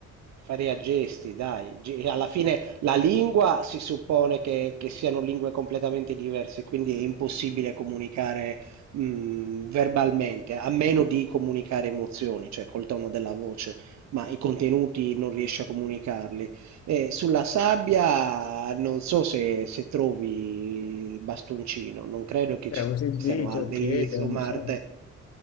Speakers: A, on the right; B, on the left.
A: faria gesti, dai. Ge- Alla fine la lingua si suppone che, che siano lingue completamente diverse, quindi è impossibile comunicare mh, verbalmente, a meno di comunicare emozioni, cioè col tono della voce, ma i contenuti non riesci a comunicarli. E sulla sabbia non so se, se trovi il bastoncino, non credo che
B: Beh,
A: ci
B: usi il
A: siano
B: dito,
A: alberi
B: il piede,
A: su
B: non
A: Marte.
B: so.